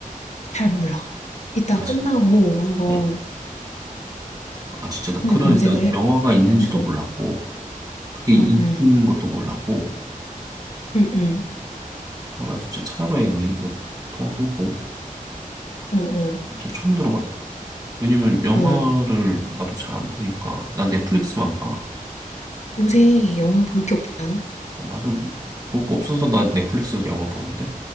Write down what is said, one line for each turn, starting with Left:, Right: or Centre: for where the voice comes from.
Left: 잘 몰라. 이따
Right: 아,
Left: 끝나고
Right: 진짜?
Left: 한번
Right: 어. 아, 진짜 나
Left: 한번
Right: 그런
Left: 검색을
Right: 일단
Left: 해.
Right: 영화가 있는지도
Left: 어,
Right: 몰랐고, 그게 인기
Left: 응, 응,
Right: 있는 것도 몰랐고,
Left: 응, 응,
Right: 어, 나 진짜 찾아봐야겠네. 이거 통화 끊고.
Left: 응, 응,
Right: 진짜 처음 들어봤어. 왜냐면 영화를
Left: 응.
Right: 나도 잘 안 보니까, 난 넷플릭스만 봐.
Left: 요새 영화 볼 게 없지 않아?
Right: 어, 맞아. 볼 거 없어서 나 넷플릭스 영화 보는데?